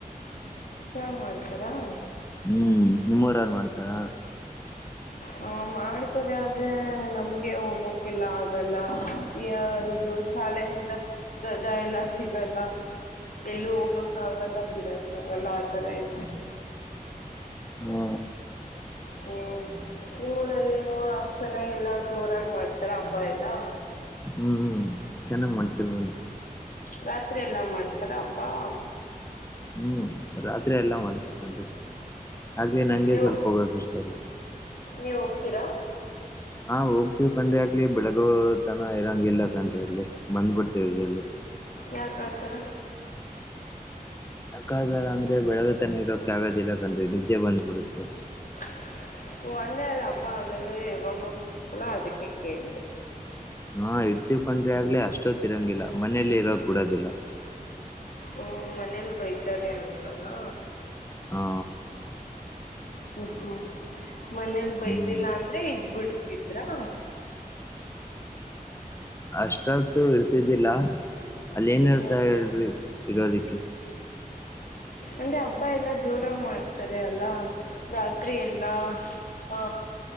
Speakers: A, on the left; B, on the left.
A: ಚಾ ಮಾಡ್ತಾರಾ
B: ಹ್ಮ್ ನಿಮ್ಮೂರ ಯಾರು ಮಾಡ್ತಾರ
A: ಹ ಮಾಡ್ತಾರೆ ಆದ್ರೆ ನಮ್ಗೆ ಹೋಗಕ್ಕೆೆಲ್ಲ ಆಗಲ್ಲ ಈ ಇದು ಶಾಲೆಯಿಂದ ರಜಾ ಎಲ್ಲ ಸಿಗಲ್ಲ ಎಲ್ಲೂ ಹೋಗಕ್ ಆಗಲ್ಲ ಬಿಡಕ್ ಆಗಲ್ಲ ಆತರ ಇದೆ
B: ಹ್ಮ
A: ಹ್ಮ ಹ್ಮ್ ನಿಮ್ ೂಡಲ್ಲಿಏನು ಅಷ್ಟ್ ಚೆನ್ನಾಗೆಲ್ಲ ಜೋರಾಗಿ ಮಾಡ್ತಾರ ಹಬ್ಬಾ ಎಲ್ಲಾ
B: ಹ್ಮ್್ಮ ಚೆನ್ನಾಗ್ ಮಾಡ್ತವಿ <unintelligible>
A: ರಾತ್ರಿ ಎಲ್ಲಾ ಮಾಡ್ತಾರ ಅಬ್ಬಾ
B: ಹ್ಮ್ ರಾತ್ರಿ ಎಲ್ಲ ಮಾಡ್ತಾರೆ ಕಂಡ್ರೆ ಆಗ್ಲಿ ನಂಗೆ
A: ನೀವು
B: ಸ್ವಲ್ಪ ಹೋಗಕ್ ಇಷ್ಟ ಇಲ್ಲ
A: ನೀವು ಹೋಗ್ತೀರಾ
B: ಹಾ ಹೋಗ್ತೇವ ಕಂಡ್ರೆ ಆಗ್ಲಿ ಬೆಳಗ ತನ ಇರಂಗ ಇಲ್ಲ ಕಣ್ರೆ ಅಲ್ಲಿ ಬಂದ್ ಬಂದ್ಬಿಡ್ತೀವಿ ಜಲ್ದಿ
A: ಯಾಕ ಆತಾರ
B: ಯಾಕದಲ್ಲ ಅಂದ್ರೆ ಬೆಳಗ್ತನ ಇರೋಕೆ ಆಗದ ಇಲ್ಲಾಕಂಡ್ರೆ ನಿದ್ದೆ ಬಂದಬ ಬಿಡೆ ತ್ತ <inaudible>
A: <inaudible> ಒಂದ ಅ ಅಬಾ ಅಗಲ್ಲ ಅದಕ್ಕೆ ಕೇಳೇಳಿದೆ
B: ಹಾ ಇಡ್ತಿವ್ಕೊಂಡ್ರಿ ಆಗ್ಲೇ ಅಷ್ಟೊ ತಿರಂಗಿಲ್ಲ ಮನೇಲಿ ಇರೋ ಗುಡೋದಿಲ್ಲ
A: ಓ ಮನೇಲಿ ಬೈತಾರೆ ಅಂತ ನಾ
B: ಹಾ
A: ಹ್ಮ್ ಹ್ಮ್ ಮನೇಲ್ ಬೈದಿಲ್ಲ
B: ಹ್ಮ್
A: ಅಂದ್ರೆ ಇದಬಿಡ್ ಇದಿದ್ರಾ
B: ಅಷ್ಟತ್ತುೂ ಇಡ್ತಿದ್ದಿಲ್ಲ ಅಲ್ಲ ಏನ್ ಹೇಳ್ತಾ
A: ಹ್ಮ್
B: ಹೇಳ್ರಿ ಇರೋದಿಕ್ಕೆ
A: ಅಂದ್ರೆ ಹಬ್ಬ ಎಲ್ಲಾ ಜೋರಾಗಿ ಮಾಡ್ತಾರೆ ಅಲ್ಲಾ ರಾತ್ರಿ ಎಲ್ಲಾ ಆ